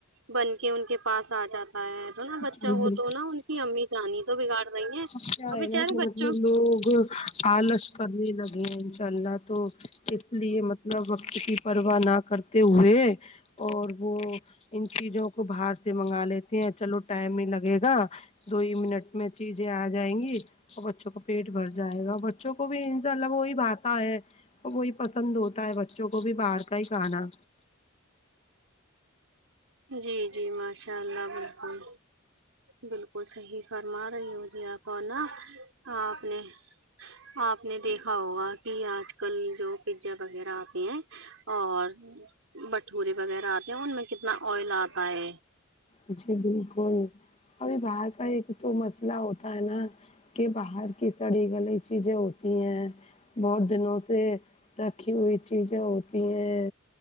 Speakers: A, on the right; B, on the left.
A: بن کے ان کے پاس آ جاتا تو نا بچہ
B: جی بالکل
A: ہو تو نا ان کی امی جانی تو بگاڑ رہی ہیں
B: اب کیا
A: اور
B: ہے
A: بیچارے
B: نا کہ
A: بچ
B: لوگ آلس کرنے لگے ہیں انشاء اللہ تو اس لیے مطلب وقت کی پرواہ نہ کرتے ہوئے اور وہ ان چیزوں کو باہر سے منگا لیتے ہیں چلو ٹائم ہی لگے گا دو ہی منٹ میں چیزیں آ جائیں گی تو بچوں کا پیٹ بھر جائے گا بچوں کو بھی انسا اللہ وہی بھاتا ہے وہی پسند ہوتا ہے بچوں کو بھی باہر کا ہی کھانا
A: جی جی ماشاء اللہ بالکل بال کل صحیح فرما رہی ہو جی آپنا آپ نے آپ نے دیکھا ہوگا کہ آج کل جو پیزا وغیرہ آتے ہیں اور بٹورے وغیرہ آتے ہیں ان میں کتنا آئل آتا ہے
B: جی بالکل ابھی باہر کا ایک تو مسئلہ ہوتا ہے نا کہ باہر کی سڑی گلی چیزیں ہوتی ہیں بہت دنوں سے رکھی ہوئی چیزیں ہوتی ہیں